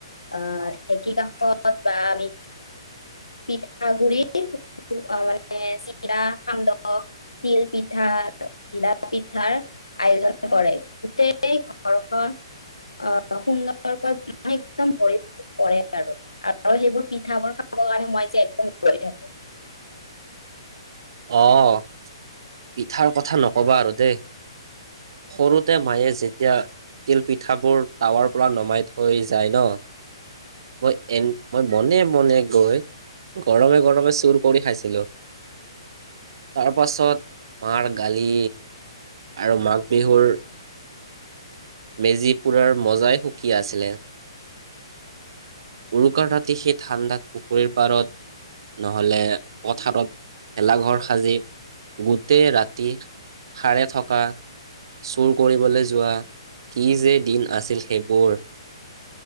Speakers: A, on the left (about 85°); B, on the right (about 55°).
A: আ'! ঢেঁকী কাষত বা আমি পিঠাগুৰি অ'! মানে চিৰা, সান্দহ তিল পিঠা, ঘিলা পিঠাৰ আয়োজন কৰে। গোটেই ঘৰখন অ'! সুন্দৰকৈ একদম ভৰি পৰে আৰু, আৰু সেইবোৰ পি পিঠাবোৰ খাবৰ কাৰণে মই যে একদম ৰৈ থাকোঁ।
B: অ'! পিঠাৰ কথা ন'কবা আৰু দেই। সৰুতে মায়ে যেতিয়া তিলপিঠাবোৰ টাৱাৰ পৰা নমাই থৈ যায় ন মই এ, মই মনে মনে গৈ গৰমে গৰমে চুৰ কৰি খাইছিলোঁ। তাৰ পাছত মাৰ গালি আৰু মাক বিহুৰ মেজি পুৰাৰ মজাই সুকীয়া আছিলে। উৰুকাৰ ৰাতি সেই ঠাণ্ডাত পুখুৰীৰ পাৰত নহ'লে পথাৰত ভেলাঘৰ সাজি গোটেই ৰাতি সাৰে থকা চুৰ কৰিবলৈ যোৱা, কি যে দিন আছিল সেইবোৰ।